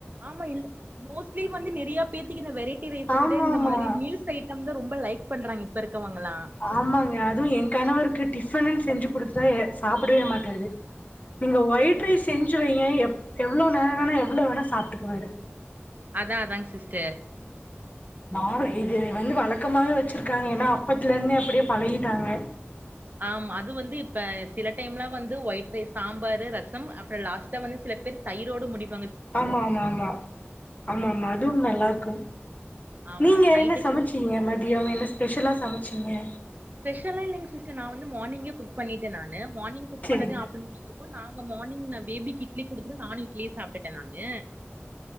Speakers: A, on the right (about 40°); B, on the left (about 35°).
A: ஆமா இல்ல மோஸ்ட்லி வந்து நெறைய பேத்துக்கு இந்த வெரைட்டி ரைஸ
B: ஆமா
A: விட இந்த
B: ஆமா
A: மாரி மீல்ஸ் ஐட்டந்தா ரொம் இப்ப லைக் பண்றாங்க இப்ப இருக்கவங்களா
B: ஆமாங்க அதுவு ஏ கணவருக்கு டிஃபன்னுன்னு செஞ்சி குடுத்துட்டா ஏ சாப்டவே மாட்டாரு நீங்க ஒயிட் ரைஸ் செஞ்சி வைங்க ஏப் எவ்ளோ நேரோ வேணா எவ்ளோ வேணா சாப்ட்டுக்குவாரு
A: அதா அதாங் சிஸ்டர்
B: நானு இது வந்து வழக்கமாவே வச்சிருக்காங்க ஏன்னா அப்பத்துலந்தே அப்படியே பழகிட்டாங்க
A: ஆமா அது வந்து இப்ப சில டைம்லா வந்து ஒயிட் ரைஸ் சாம்பாரு ரசம் அப்பற லாஸ்டா வந்து சில பேர் தயிரோடு முடிப்
B: ஆமா ஆமா ஆமா ஆமா ஆமா அதுவும் நல்லா இருக்கும்
A: ஆமா
B: நீங்க
A: நைட்டுக்கு
B: என்ன சமைச்சிங்க மதிய என்ன ஸ்பெஷலா சமைச் சின்ன
A: ஸ்பெஷல்லா இல்லைங்க சிஸ்டர் நா வந்து மார்னிங்கே குக் பண்ணிட்ட நானு மார்னிங் குக்
B: சரிங்க
A: பண்ணது ஆப்டர்நூன் <unintelligible> துக்கு நான் மார்னிங் நா பேபிக்கு இட்லி குடுத்துடு நானு இட்லியே சாப்பிட்டுட்டே நானு